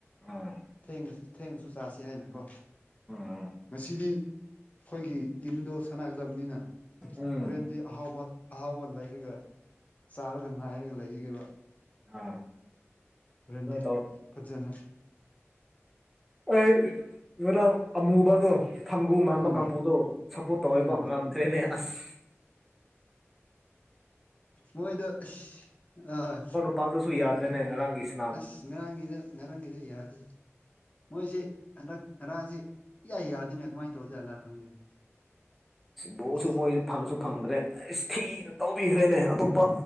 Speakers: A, in the centre; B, on the left.
A: ꯎꯝ
B: ꯊꯦꯡꯉꯁꯨ ꯊꯦꯡꯉꯁꯨ ꯆꯁꯤ ꯍꯥꯏꯅꯀꯣ
A: ꯎꯝ
B: ꯉꯁꯤꯗꯤ ꯑꯩꯈꯣꯏꯒꯤ ꯇꯤꯝꯗꯣ ꯁꯥꯟꯅꯒꯗꯕꯅꯤꯅ
A: ꯎꯝ
B: ꯍꯣꯔꯦꯟꯗꯤ ꯑꯍꯥꯎꯕ ꯑꯍꯥꯎꯕ ꯂꯩꯔꯒ ꯆꯥꯔꯒ ꯉꯥꯏꯔꯒ ꯂꯩꯒꯦꯕ
A: ꯑꯥ
B: ꯍꯣꯔꯦꯟꯗꯤ
A: ꯑꯗꯨꯃꯥꯏꯅ ꯇꯧ
B: ꯐꯖꯅ
A: ꯑꯩ ꯏꯔ ꯑꯃꯨꯕꯥꯥꯗꯣ ꯐꯪꯒꯨ ꯃꯟꯥꯟꯕ
B: ꯎꯝ
A: ꯀꯥꯡꯕꯨꯗꯣ ꯁꯞꯄꯣꯔꯠ ꯇꯧꯋꯦꯕ
B: ꯎꯝ
A: ꯉꯝꯗ꯭ꯔꯦꯅꯦ ꯑꯁ
B: ꯃꯣꯏꯗ ꯑ
A: ꯄꯥꯗꯁꯨ ꯌꯥꯗ꯭ꯔꯦꯅꯦ ꯉꯔꯥꯡꯒꯤꯁ
B: ꯑꯁ ꯉꯔꯥꯡꯒꯤꯗ ꯉꯔꯥꯡꯒꯤꯗ ꯌꯥꯗꯦ ꯃꯣꯏꯁꯤ ꯍꯟꯗꯛ ꯉꯔꯥꯡꯁꯤ ꯌꯥꯏ ꯌꯥꯗꯅꯦ ꯀꯃꯥꯏꯅ ꯇꯧꯖꯂꯥ ꯈꯪꯗꯦ
A: ꯕꯣꯜꯁꯨ
B: ꯑꯁ
A: ꯃꯣꯏꯁꯨ ꯐꯪꯁꯨ ꯐꯪꯗ꯭ꯔꯦ ꯑꯁ ꯊꯤꯅ ꯇꯧꯕꯤꯈ꯭ꯔꯦꯅꯦ ꯑꯇꯣꯞꯄ